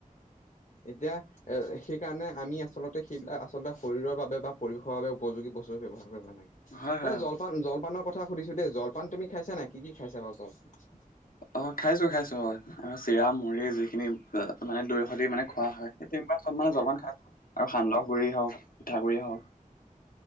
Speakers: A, on the left (about 60°); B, on the left (about 85°).
A: এতিয়া, এ সেইকাৰণে আমি আচলতে সেইবিলাক আচলতে শৰীৰৰ বাবে বা পৰিৱেশৰ বাবে উপযোগী বস্তু ব্যৱহাৰ কৰিব লাগে!
B: হয়, হয়,
A: এ
B: অ',
A: জলপান জলপানৰ কথা সুধিছো দেই জলপান তুমি খাইছা নাই! কি কি খাইছা বাও জলপান!
B: অঁ, খাইছো খাইছো হয়! আ চিৰা মুড়ি যিখিনি আ মানে দৈ সদি মানে খোৱা হয়! সেই তেনেকুৱা চ মানে জলপান খাই? আৰু সান্দহ গুড়ি হওক পিঠাগুৰিয়েই হওক!